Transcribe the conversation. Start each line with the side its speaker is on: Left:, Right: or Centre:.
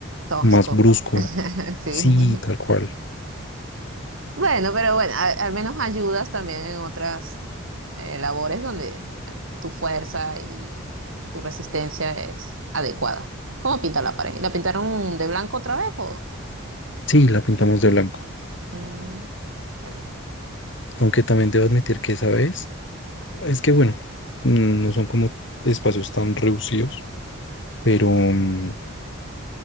Right: Tosco.
Left: más brusco,
Right: <laughs> Sí.
Left: sí, tal cual,
Right: Bueno, pero bueno, a- al menos ayudas también en otras eh, labores donde tu fuerza y tu resistencia es adecuada. ¿Cómo pinta la pared? ¿La pintaron de blanco otra vez o?
Left: sí, la pintamos de blanco,
Right: Mm, está bien.
Left: aunque también debo admitir que esa vez Es que bueno, mm, no son como espacios tan reducidos, pero mm,